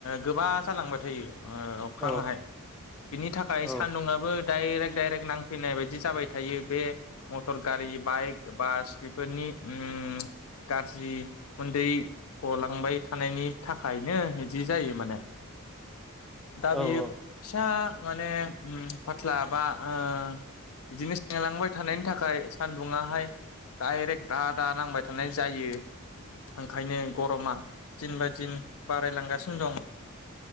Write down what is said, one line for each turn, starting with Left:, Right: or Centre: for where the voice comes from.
Left: गोबा जालांबाय थायो। अख्रांङाहाय
Centre: औ
Left: बिनि थाखाय
Centre: औ
Left: सान्दुंङआबो डाइरेक्ट डाइरेक्ट नांफैनाय बायदि जाबाय थायो बे मटर गारि बाइक बास बेफोरनि अम गारज्रि उखुन्दै गलांबाय थानायनि थाखायनो बिदि जायो माने दा बियो
Centre: औ औ
Left: फिसा माने उम फाथ्ला बा ओ बिदिनो सेंलांबाय थानायनि थाखाय सानदुङाहाय डाइरेक्ट दा दा नांबाय थानाय जायो ओंखायनो गरमा दिन बा दिन बारायलांगासिनो दं